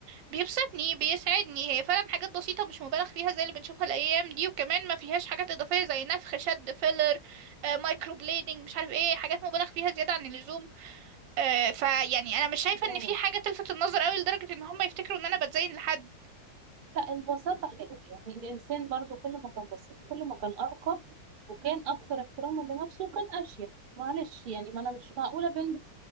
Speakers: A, on the right; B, on the right.
A: بيبسطني بيسعدني هي فعلا حاجات بسيطة مش مبالغ فيها زي اللي بنشوفها الأيام دي وكمان ما فيهاش حاجات إضافية زي نفخ شد فيلر آه مايكرو بليدنج مش عارف ايه حاجات مبالغ فيها زيادة عن اللزوم آه فيعني أنا مش شايفة إن
B: اه
A: في حاجة تلفت النظر أوي لدرجة إن هم يفتكروا إن أنا بتزين لحد
B: لا البساطة حلوة يعني الإنسان برضو كل ما كان بسيط كل ما كان أرقى وكان أكثر احتراما لنفسه وكان أشيك معلش يعني ما أنا مش معقولة بنت